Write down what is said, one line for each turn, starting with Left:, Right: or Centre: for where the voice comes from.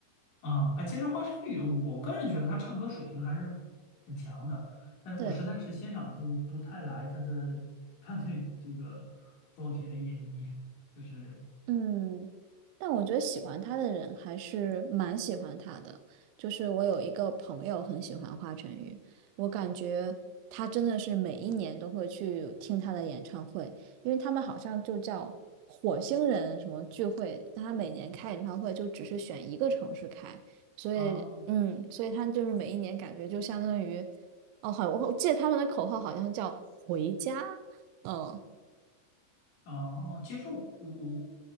Left: 啊、啊，其实华晨宇，我个人觉得他唱歌水平还是很强的，但是我实在是欣赏不不太来他的他对这个作品的演绎，
Right: 对，
Left: 就是
Right: 嗯，但我觉得喜欢他的人还是蛮喜欢他的。就是我有一个朋友很喜欢华晨宇，我感觉他真的是每一年都会去听他的演唱会，因为他们好像就叫火星人什么聚会，但他每年开演唱会就只是选一个城市开，所以嗯，
Left: 啊
Right: 所以他就是每一年感觉就相当于，哦，好，我记得他们的口号好像叫回家，嗯。
Left: 啊，其实我我